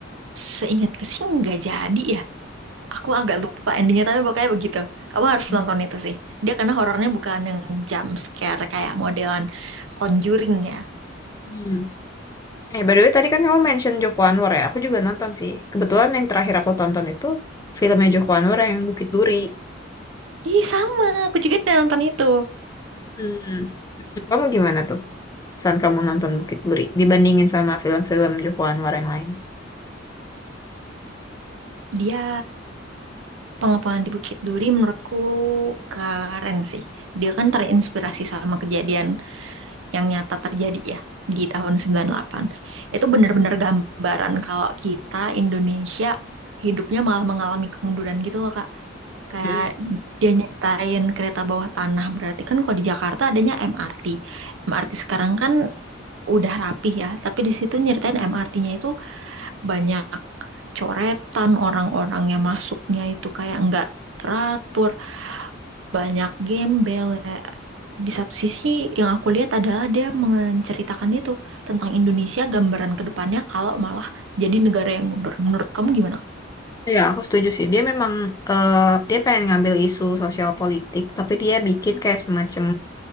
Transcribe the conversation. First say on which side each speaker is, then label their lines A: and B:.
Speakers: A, on the right (about 75°); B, on the left (about 20°).
A: Seingatku sih nggak jadi ya. Aku agak lupa endingnya tapi pokoknya begitu. Kamu harus
B: Hmm.
A: nonton itu sih. Dia karena horornya bukan yang jump scare kayak modelan Conjuring ya.
B: Hmm. Eh, by the way, tadi kan kamu mention Joko Anwar ya. Aku juga nonton sih. Kebetulan yang terakhir aku tonton itu filmnya Joko Anwar yang Bukit Duri.
A: Ih sama, aku juga udah nonton itu.
B: Hmm. Menurut Kamu gimana tuh? Saat kamu nonton Bukit Duri dibandingin sama film-film Joko Anwar yang lain.
A: Dia pengepungan di Bukit Duri menurutku keren sih. Dia kan terinspirasi sama kejadian yang nyata terjadi ya di tahun 98. Itu bener-bener gambaran kalau kita Indonesia hidupnya malah mengalami kemunduran gitu loh Kak. Kayak
B: Hmm.
A: dia nyeritain kereta bawah tanah. Berarti kan kalau di Jakarta adanya MRT. MRT sekarang kan udah rapih ya. Tapi di situ nyeritain MRT-nya itu banyak coretan orang-orang yang masuknya itu kayak nggak teratur. Banyak gembel ya. Di satu sisi yang aku lihat adalah dia menceritakan itu tentang Indonesia gambaran ke depannya kalau malah jadi negara yang mundur. Menurut kamu gimana?
B: Ya, aku setuju sih. Dia memang eh, dia pengen ngambil isu sosial politik, tapi dia bikin kayak semacam